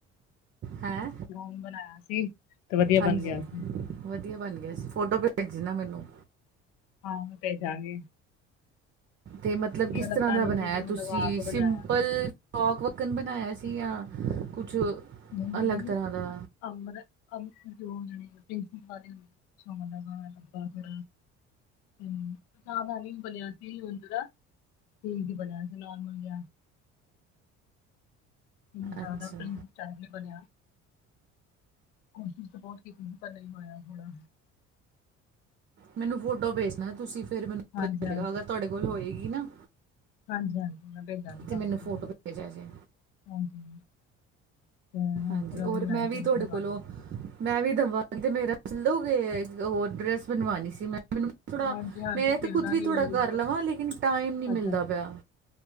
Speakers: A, on the right; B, on the left.
A: ਹੈਂ।
B: ਹੋਮ ਬਣਾਇਆ ਸੀ। ਤੇ ਵਧੀਆ
A: ਹਾਂਜੀ,
B: ਬਣ ਗਿਆ ਸੀ
A: ਵਧੀਆ ਬਣ ਗਿਆ ਸੀ ਫੋਟੋ ਭੇਜਨਾ ਮੈਨੂੰ।
B: ਹਾਂ, ਭੇਜਾਂਗੀ।
A: ਤੇ ਮਤਲਬ ਕਿਸ
B: ਲੱਗਾ
A: ਤਰਾ ਦਾ
B: ਨੀ
A: ਬਣਾਇਆ
B: ਸੀ ਕਿ ਮਤਲਬ
A: ਤੁਸੀਂ
B: ਆਪ
A: ਸਿੰਪਲ
B: ਬਣਾਇਆ
A: ਓਕ ਵਕਨ ਬਣਾਇਆ ਸੀ ਯਾਂ ਕੁਛ
B: ਨਹੀਂ ਨਹੀਂ
A: ਅਲੱਗ ਤਰਾਂ ਦਾ।
B: ਅਮਰ ਅਮ ਜੋ ਜਏ ਪ੍ਰਿੰਸੀਪਲ ਹੁੰਦੇ ਸ ਲ ਲੰਬਾ ਥੋੜਾ, ਹੂੰ <unintelligible> ਬਣਿਆ ਸੀ ਉਝ ਦਾ। ਠੀਕ ਹੀ ਬਣਿਆ ਸੀ ਨੋਰਮਲ ਜਿਹਾ। ਮੈਨੂੰ ਜ਼ਿਆਦਾ
A: ਅੱਛਾ
B: ਪਈ। ਚੰਗਾ ਨੀ ਬਣਿਆ, ਕੋਸ਼ਿਸ਼ ਤਾਂ ਬਹੁਤ ਕੀਤੀ ਸੀ, ਪਰ ਨਹੀ ਹੋਇਆ ਥੋੜਾ।
A: ਮੈਨੂੰ ਫੋਟੋ ਭੇਜਣਾ ਤੁਸੀ ਫਿਰ ਮੈਨੂੰ ਪਤਾ
B: ਹਾਂਜੀ
A: ਚਲੇਗਾ, ਅਗਰ ਤੁਹਾਡੇ ਕੋਲ ਹੋਏਗੀ ਨਾ।
B: ਹਾਂਜੀ-ਹਾਂਜੀ ਮੈਂ ਭੇਜ ਦਾਗੀ ਤੁਹਾਨੂੰ,
A: ਤੇ ਮੈਨੂੰ ਫੋਟੋ ਭੇਜਿਆ ਜੇ
B: ਹਾਂਜੀ। ਤੇ ਹੁਣ
A: ਹਾਂਜੀ,
B: ਫਿਰ ਉਹਦੇ
A: ਔਰ
B: ਬਣਾਈ
A: ਮੈਂ ਵੀ
B: ਸੀ
A: ਤੁਹਾਡੇ
B: ਵਧੀਆ
A: ਕੋਲੋ
B: ਬਣ ਗਈ ਸੀ
A: ਮੈਂ ਵੀ ਦਵਾਂ ਤੇ ਮੇਰੇ ਵੀ ਸਿਲ ਦੋਗੇ, ਹੋਰ ਡਰੈਸ ਬਣਵਾਉਣੀ ਸੀ ਮੈ ਮੈਨੂੰ ਥੋੜਾ
B: ਹਾਂਜੀ ਹਾਂਜੀ
A: ਮੈਂ
B: ਸਿਲਦਾਂਗੀ
A: ਤੇ ਖੁਦ ਵੀ ਥੋੜਾ
B: ਮੇਰੀ
A: ਕਰ
B: ਜਦੋਂ
A: ਲਵਾ ਲੇਕਿਨ ਟਾਈਮ ਨਹੀਂ ਮਿਲਦਾ
B: ਅੱਛਾ,
A: ਪਿਆ